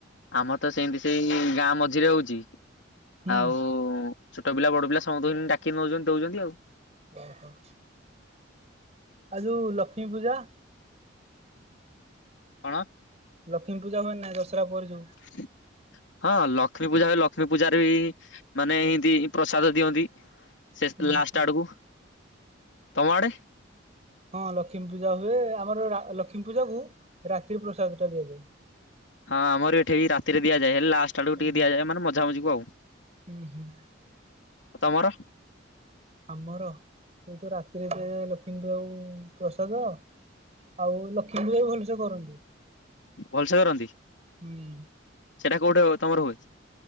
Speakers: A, on the left; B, on the right.
A: ଆମର ତ ସେମିତି ସେଇ ଗାଁ ମଝିରେ ହଉଛି
B: ହୁଁ
A: ଆଉ ଛୋଟ ପିଲା ବଡ଼ ପିଲା ସମସ୍ତୁଙ୍କୁ ଡାକିନୋଉଛନ୍ତି ଦଉଛନ୍ତି ଆଉ।
B: ଓ ହୋ। ଆ ଯୋଉ ଲକ୍ଷ୍ମୀ ପୂଜା?
A: କଣ?
B: ଲକ୍ଷ୍ମୀ ପୂଜା ହୁଏ ନା ଦଶହରା ପରେ ଯୋଉ।
A: <inaudible> ହଁ ଲକ୍ଷ୍ମୀ ପୂଜା ହୁଏ ଲକ୍ଷ୍ମୀ ଲକ୍ଷ୍ମୀ ପୂଜାରେ ବି ମାନେ ଏଇ ଦି ପ୍ରସାଦ ଦିଅନ୍ତି। ସେ
B: ହୁଁ
A: ଲାଷ୍ଟ
B: ହୁଁ
A: ଆଡ଼କୁ <inaudible> ତମ ଆଡ଼େ?
B: ହଁ ଲକ୍ଷ୍ମୀ ପୂଜା ହୁଏ ଆମର ଲକ୍ଷ୍ମୀ ପୂଜାକୁ ରାତିରେ ପ୍ରସାଦ ଟା ଦିଆଯାଏ।
A: <inaudible> ହଁ ଆମର ଏଠି ଏଇ ରାତିରେ ଦିଆଯାଏ ହେଲେ ଲାଷ୍ଟ ଆଡ଼କୁ
B: ହୁଁ
A: ଟିକେ ଦିଆଯାଏ ମାନେ ମଝା ମଝିକୁ ଆଉ।
B: ହୁଁ ହୁଁ
A: ଆଉ ତମର?
B: ଆମର ସେଇ ତ ରାତିରେ ଦିଆଯାଏ ଲକ୍ଷ୍ମୀଙ୍କୀ ଆଉ ପ୍ରସାଦ। ଆଉ ଲକ୍ଷ୍ମୀ ପୂଜା ବି ଭଲସେ କରନ୍ତି?
A: ଭଲସେ କରନ୍ତି,
B: ହୁଁ
A: ସେଟା କୋଉଠି ହ ତମର ହୁଏ ।